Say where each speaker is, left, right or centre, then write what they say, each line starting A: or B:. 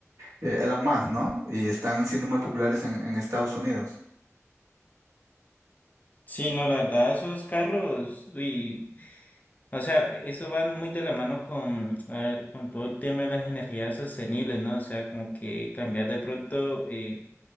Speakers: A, on the right; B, on the left.
A: eh, Elon Musk, ¿no? Y están siendo muy populares en, en Estados Unidos.
B: Sí, no, la verdad, esos carros, uy, o sea, eso van muy de la mano con, a ver, con todo el tema de las energías sostenibles, ¿no? O sea, como que cambiar de pronto eh,